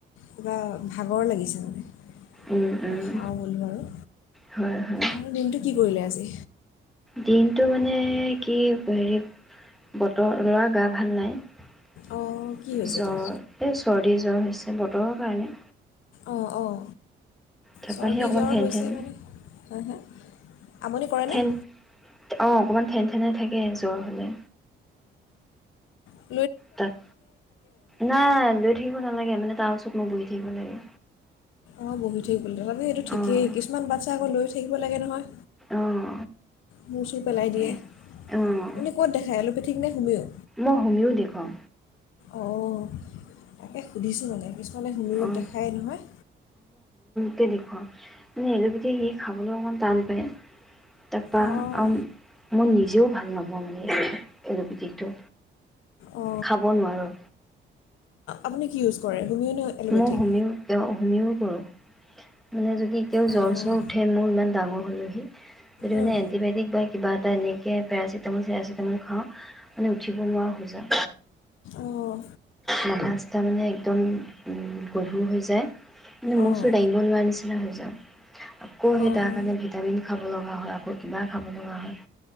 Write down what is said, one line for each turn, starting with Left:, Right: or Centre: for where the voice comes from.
Left: কিবা ভাগৰ লাগিছে মানে
Centre: উম উম।
Left: এ খাওঁ ব'লো বাৰু
Centre: হয় হয়
Left: আৰু দিনটো কি কৰিলে আজি
Centre: দিনটো মানে কি হেৰি বতৰ লোৱা গা ভাল নাই
Left: অঁ কি হৈছে
Centre: জ্বৰ
Left: তাৰ
Centre: এই চৰ্দি জ্বৰ হৈছে বতৰৰ কাৰণে
Left: অঁ অঁ
Centre: তাৰপ
Left: চৰ্দি
Centre: সেই অকণমান
Left: জ্বৰ
Centre: ফেনথেন
Left: হৈছে মানে হা হা আমনি কৰেনে
Centre: থেন অ অকমান ঠেন ঠেনে থাকে জ্বৰ হলে
Left: উ।
Centre: তাক নাই লৈ থাকিব নালাগে। মানে তাৰ ওচৰত মই বহি থাকিব লাগে।
Left: অ বহি থাকিব লাগে। তথাপি এইটো ঠিকেই।
Centre: অঁ
Left: কিছুমান বাচ্ছা আকৌ লৈ থাকিব লাগে নহয়।
Centre: অঁ।
Left: মূৰ চুৰ পেলাই
Centre: সেই
Left: দিয়ে। আপুনি
Centre: অঁ
Left: ক'ত দেখাই? এলোপেথিক নে হোমিঅ?
Centre: মই হুমিও দেখুৱাও।
Left: অঁ তাকে সুধিছোঁ মানে। কিছুমানে হোমিঅত
Centre: অঁ
Left: দেখাই নহয়।
Centre: দেখুৱা মানে এলোপেথিক সি খাবলৈ অকণমান টান পায়। তাৰপৰা
Left: অঁ
Centre: মোৰ নিজেও ভাল নাপাওঁ মানে এল'পেথিকটো।
Left: অ,
Centre: খাব নোৱাৰোঁ
Left: আপুনি কি ইউজ কৰে? হোমিঅ' নে এল'পেথিক
Centre: মই হোমিও, হোমিও কৰোঁ। মানে যদি এতিয়াও
Left: অঁ
Centre: জ্বৰ চৰ উঠে মোৰ। ইমান ডাঙৰ হল যদি মানে
Left: উম,
Centre: এণ্টিবায়টিক বা কিবা তেনেকৈ পেৰাচিটামল চেৰাচিটামল খাওঁ মানে উঠিব নোৱাৰা হৈ যাও।
Left: অঁ
Centre: মাথা -চাথা মানে একদম গধুৰ হৈ যায়। মানে মুৰ
Left: অঁ অঁ
Centre: চোৰ দাঙিব নোৱাৰা নিচিনা হৈ যায়। আকৌ সেই
Left: অঁ
Centre: তাৰ কাৰণে ভিটামিন খাব লগা হয়। আকৌ কিবা খাব লগা হয়।